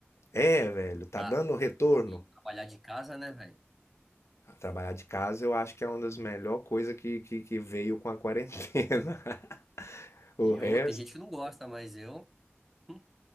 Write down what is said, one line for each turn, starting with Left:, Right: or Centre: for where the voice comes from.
Left: É, velho, tá
Centre: Tá.
Left: dando retorno.
Centre: E trabalhar de casa, né, velho?
Left: Trabalhar de casa eu acho que é uma das melhor coisas que, que, que veio com a quarentena. <laughs> O
Centre: E
Left: resto.
Centre: eu, tem gente que não gosta, mas eu, hum,